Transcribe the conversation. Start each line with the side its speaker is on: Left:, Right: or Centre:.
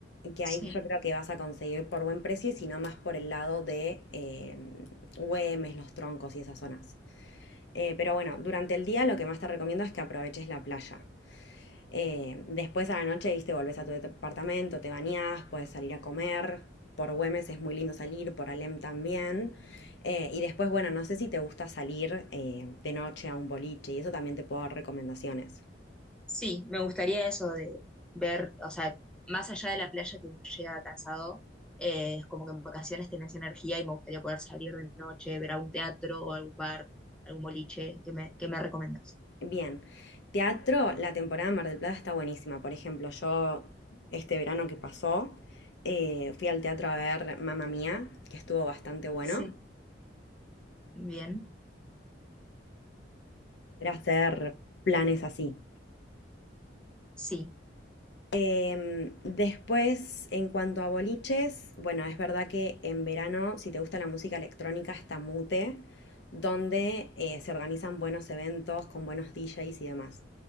Left: que
Centre: Sí,
Left: ahí yo creo que vas a conseguir por buen precio, y si no más por el lado de eh, Güemes, Los Troncos y esas zonas. Eh, pero bueno, durante el día lo que más te recomiendo es que aproveches la playa. Eh, después a la noche, viste, volvés a tu departamento, te bañás, puedes salir a comer. Por Güemes es muy lindo salir, por Alem también. Eh, y después, bueno, no sé si te gusta salir eh, de noche a un boliche y eso también te puedo dar recomendaciones.
Centre: sí, me gustaría eso de ver, o sea, más allá de la playa que uno llega cansado, eh, es como que en vacaciones tenés energía y me gustaría poder salir de noche, ver algún teatro o algún bar, algún boliche, ¿qué me, qué me recomendás?
Left: Bien, teatro, la temporada de Mar del Plata está buenísima. Por ejemplo, yo este verano que pasó eh, fui al teatro a ver Mamma Mía, que estuvo bastante bueno.
Centre: Sí. Bien,
Left: Era hacer planes así.
Centre: sí.
Left: Em, después, en cuanto a boliches, bueno, es verdad que en verano, si te gusta la música electrónica, está Mute, donde eh, se organizan buenos eventos con buenos DJs y demás.